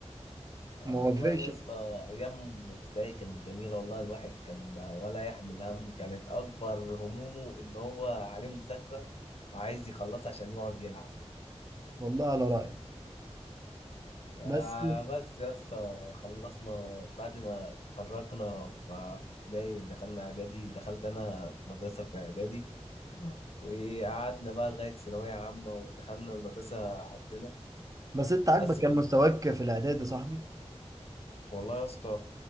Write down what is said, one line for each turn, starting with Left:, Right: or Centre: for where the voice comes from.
Left: اه
Right: وما وافقش
Left: والله يا اسطى ايام ابتدائي كانت جميله والله الواحد كان ولا يحمل هم كانت اكبر همومه ان هو عليه مذاكره وعايز يخلصها عشان يقعد يلعب
Right: والله على رأيك
Left: فبس
Right: بس
Left: يا اسطى خلصنا بعد ما تفرقنا ف- في ابتدائي ودخلنا اعدادي دخلت انا مدرسه في اعدادي وقعدنا بقى لغاية ثانوية عامة ودخلنا المدرسة عندنا
Right: بس انت عاجبك
Left: بس
Right: كان
Left: كنت
Right: مستواك في الاعداد يا صاحبي
Left: والله يا اسطى